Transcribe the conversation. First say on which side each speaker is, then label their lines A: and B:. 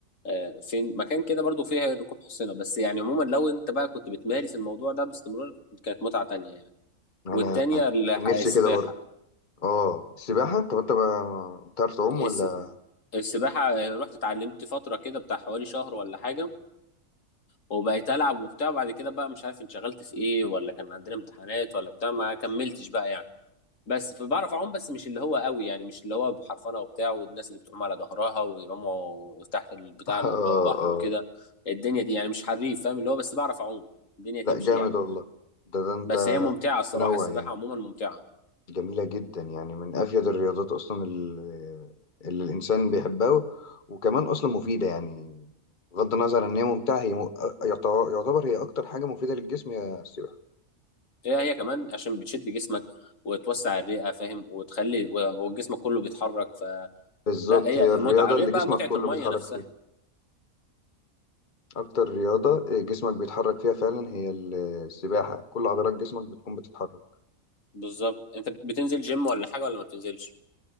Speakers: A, on the left (about 70°); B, on the left (about 40°).
A: آه، فين مكان كده برضو فيه ركوب حصينة بس يعني عموما لو انت بقى كنت بتمارس الموضوع ده باستمرار كانت متعة تانية يعني
B: انا
A: والتانية الح-
B: كان نفسي
A: السباحة
B: كده برضه اه السباحه طب انت ما- بتعرف تعوم
A: الس-
B: ولا
A: السباحة آه، رحت اتعلمت فترة كده بتاع حوالي شهر ولا حاجة وبقيت ألعب وبتاع وبعد كده بقى مش عارف انشغلت في ايه ولا كان عندنا امتحانات ولا بتاع ما كملتش بقى يعني بس فبعرف اعوم بس مش اللي هو قوي يعني مش اللي هو بحرفنة وبتاع والناس اللي بتعوم على ظهرها ويعوموا تحت بتاع
B: <laughs>
A: البحر
B: اه اه
A: وكده الدنيا دي يعني مش حريف فاهم اللي هو بس بعرف اعوم الدنيا
B: لا
A: تمشي
B: جامد
A: يعني
B: والله ده ده انت
A: بس هي ممتعة الصراحة
B: تنوع
A: السباحة
B: يعني
A: عموما ممتعة
B: جميله جدا يعني من افيد الرياضات اصلا ال- اللي الانسان بيحبها و- وكمان اصلا مفيده يعني بغض النظر ان هي ممتعه هي م- يعتبر يعتبر هي اكتر حاجه مفيده للجسم هي السباحه
A: هي هي كمان عشان بتشد جسمك وتوسع الرئة فاهم وتخلي و- وجسمك كله بيتحرك فلا
B: بالظبط
A: هي
B: هي الرياضه
A: متعة غير
B: اللي
A: بقى
B: جسمك
A: متعة
B: كله
A: المية
B: بيتحرك
A: نفسها
B: فيها اكتر رياضه جسمك بيتحرك فيها فعلا هي السباحه كل عضلات جسمك بتكون بتتحرك
A: بالظبط انت بتنزل جيم ولا حاجة ولا ما بتنزلش